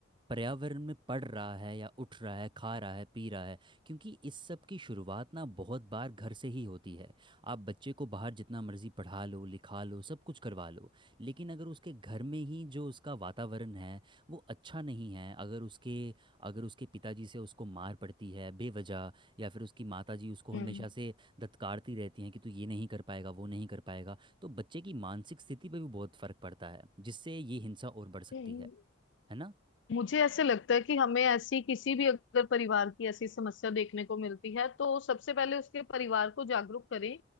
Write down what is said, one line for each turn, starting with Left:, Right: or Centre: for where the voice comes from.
Right: पर्यावरण में पढ़ रहा है या उठ रहा है खा रहा है पी रहा है क्योंकि इस सब की शुरुआत ना बहुत बार घर से ही होती है आप बच्चे को बाहर जितना मर्जी पढ़ा लो लिखा लो सब कुछ करवा लो लेकिन अगर उसके घर में ही जो उसका वातावरण है वो अच्छा नहीं है अगर उसके अगर उसके पिताजी से उसको मार पड़ती है बेवजह या फिर उसकी माताजी उसको हमेशा
Left: हम्म
Right: से दत्कारती रहती हैं कि तू ये नहीं कर पाएगा वो नहीं कर पाएगा तो बच्चे की मानसिक स्थिति पर भी बहुत फर्क पड़ता है जिससे ये हिंसा और बढ़ सकती
Left: हम्म।
Right: है है ना
Left: मुझे ऐसे लगता है कि हमें ऐसी किसी भी अगर परिवार की ऐसी समस्या देखने को मिलती है तो सबसे पहले उसके परिवार को जागरूक करें